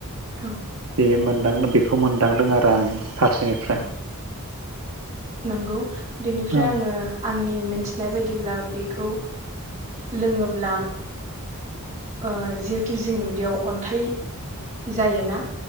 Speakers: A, on the right; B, on the right.
A: औ
B: बे मोनदांनो बे बेखौ मोनदांदों आरो आं। फारसेनिफ्राय
A: औ नंगौ बेनिफ्राय
B: औ
A: आङो आंनि मोनथिनाय बायदिब्ला बेखौ लोङोब्ला <inaudible> ओ जिहेतु जोंनि उदैयाव अन्थाइ, जायोना?